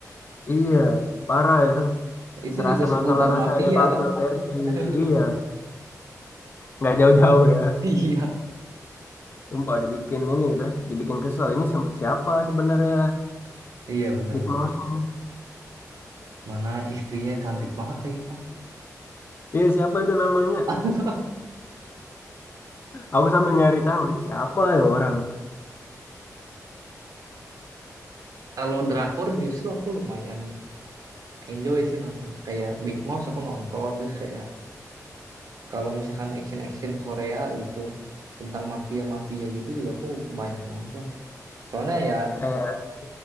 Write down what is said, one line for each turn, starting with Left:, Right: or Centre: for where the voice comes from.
Left: iya parah itu
Right: Itu
Left: serasa
Right: juga
Left: nonton
Right: seputar
Left: La Casa
Right: mafia
Left: de Papel
Right: kan?
Left: versi
Right: <laughs>
Left: iya nggak jauh-jauh ya
Right: Iya.
Left: sumpah dibikin ini gitu dibikin kesel ini sampai siapa sebenarnya
Right: Iya, benar-benar.
Left: Big Mouse ini?
Right: Mana istrinya cantik banget lagi kan?
Left: iya siapa itu namanya
Right: <laughs>
Left: aku sambil nyari tahu ini siapa ya orang
Right: Kalau drakor justru aku lumayan enjoy sih nonton. Kayak Big Mouse aku nonton. Terus kayak kalau misalkan action-action Korea gitu. Tentang mafia-mafia gitu juga aku banyak nonton. Soalnya ya
Left: kayak